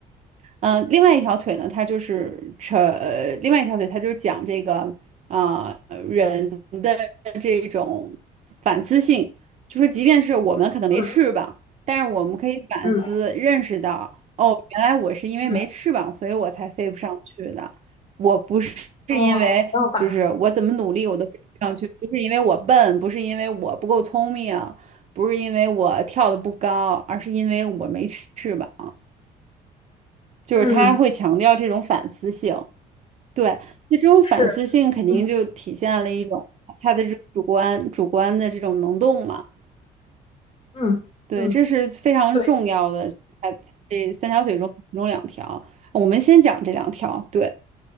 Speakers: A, on the right; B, on the left.
A: 呃，另外一条腿呢，它就是扯，呃另外一条腿它就是讲这个啊、呃人的这种反思性，就是即便是我们可能没翅膀，
B: 嗯
A: 但是我们可以反思认识到，
B: 嗯
A: 哦，原来我是因为没翅膀，
B: 嗯，
A: 所以我才飞不上去的，我不是是因为就是我怎么努力我都飞不上去，
B: 哦，然后把，
A: 不是因为我笨，不是因为我不够聪明，不是因为我跳的不高，而是因为我没翅膀。就是他会强调这种反思性，
B: 嗯，
A: 对，那这种反思性肯定就体现了一种他的这种主观主观的这种能动嘛，
B: 是，嗯嗯嗯，
A: 对，这是非常重要的。
B: 对，
A: 他这三条腿中其中两条，我们先讲这两条，对，